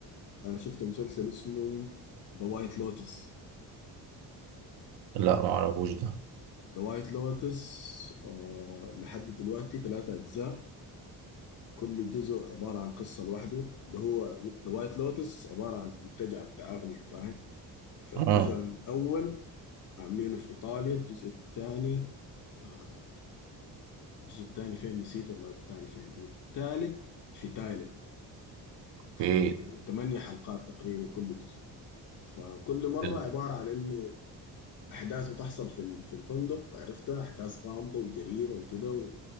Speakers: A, on the left; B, on the right.
A: انا شفت مسلسل اسمه ذا وايت لوتس
B: لا ما اعرفوش ده
A: ذا وايت لوتس لحد دلوقتي ثلاثة اجزاء كل جزء عبارة عن قصة لوحده اللي هو ذا وايت لوتس عبارة عن منتجع بتاع اغنية فاهم فالجزء
B: اه
A: الاول عاملينه في ايطاليا الجزء الثاني آه، الجزء الثاني فين نسيت والله الثاني فين والثالث في تايلاند
B: ايه
A: وثمانية حلقات تقريبا كل جزء فكل مرة
B: حلو.
A: عبارة عن انه احداث بتحصل في ال- في الفندق عرفتها احداث غامضه وجريمه وكده و-